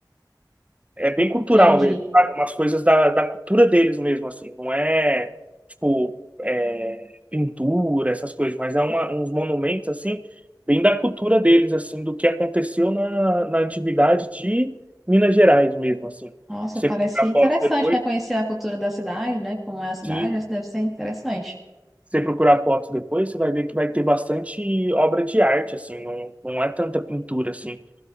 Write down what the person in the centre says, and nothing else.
Entendi.
Nossa,
parece
interessante,
né? Conhecer a cultura da cidade, né? Como é a cidade,
acho que deve ser interessante.